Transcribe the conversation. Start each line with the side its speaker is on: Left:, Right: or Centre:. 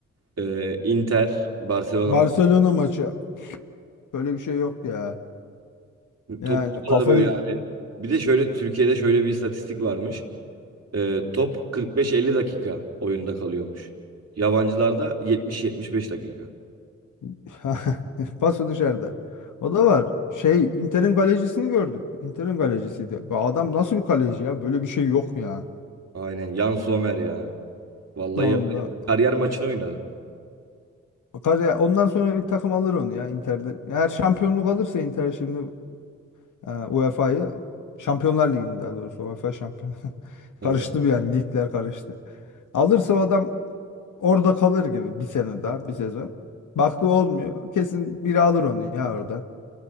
Right: Ee, Inter Barcelona
Left: Barcelona
Right: maçı.
Left: maçı. Böyle bir şey yok ya. Yani
Right: Top o
Left: kafayı
Right: kadar böyle hani bir de şöyle Türkiye'de şöyle bir istatistik varmış. Ee, top 45-50 dakika oyunda kalıyormuş. Yabancılarda 70-75 dakika.
Left: <laughs> pası dışarıda. O da var. Şey Inter'in kalecisini gördük. Inter'in kalecisiydi. Ve adam nasıl bir kaleci ya? Böyle bir şey yok ya.
Right: Aynen. Jan Sommer ya. Vallahi
Left: Vallahi.
Right: kariyer maçını oynadı.
Left: Bakar ya, Ondan sonra bir takım alır onu ya Inter'de. Eğer şampiyonluk alırsa Inter şimdi e, UEFA'yı Şampiyonlar Ligi'ni daha doğrusu UEFA şampiyon. <laughs>
Right: Evet.
Left: Karıştı bir yani ligler karıştı. Alırsa o adam orada kalır gibi bir sene daha bir sezon. Baktı olmuyor. Kesin biri alır onu ya orada.